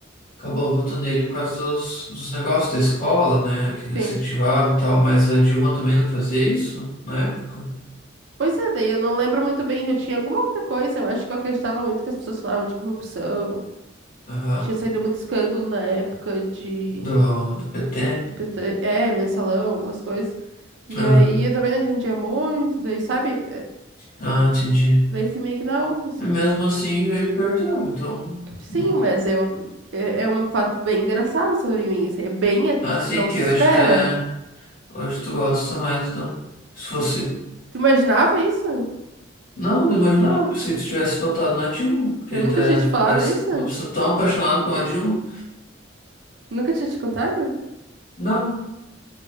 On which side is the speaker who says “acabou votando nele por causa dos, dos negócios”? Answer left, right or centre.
Left